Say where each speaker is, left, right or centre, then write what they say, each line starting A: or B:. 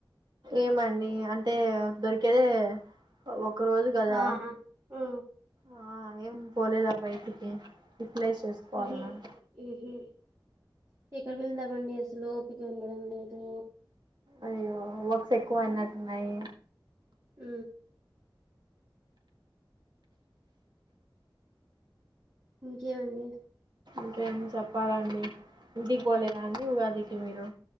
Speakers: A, on the right; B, on the right.
A: ఏమండి అంటే దొరికేద ఒ ఒక రోజు కదా
B: ఆ ఆ
A: ఆ ఏం పోలేదా బయటికి యూటిలైజ్ చేసుకోవాలి
B: ఇహి
A: మనం
B: ఈహి ఎక బళ్ దబల్ ఏసులు ఇక ఎలడం లేదు
A: అయ్యో వర్క్స్ ఎక్కువ అయినట్ ఉన్నాయి
B: ఊ ఇంకేమండి
A: ఇకేం చెప్పాలండి ఇంటికి పోలేదాండి ఉగాదికి మీరు